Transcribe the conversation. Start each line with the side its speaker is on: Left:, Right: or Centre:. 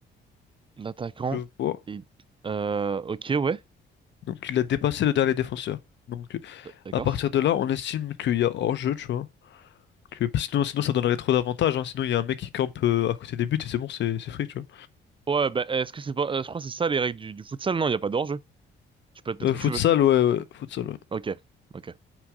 Right: L'attaquant
Left: Je vois.
Right: est... Euh, ok, ouais.
Left: Donc il a dépassé le dernier défenseur. Donc euh,
Right: D'accord.
Left: à partir de là, on estime qu'il y a hors-jeu, tu vois. Que, sinon, sinon, ça donnerait trop d'avantages. hein. Sinon, il y a un mec qui campe euh, à côté des buts et c'est bon, c'est c'est free, tu vois.
Right: Ouais, bah, est-ce que c'est pas... euh, je crois que c'est ça les règles du, du futsal, non? Il n'y a pas d'hors-jeu. Tu peux te
Left: Euh,
Right: mettre
Left: futsal,
Right: où tu veux.
Left: ouais, ouais, futsal, ouais.
Right: Ok, ok.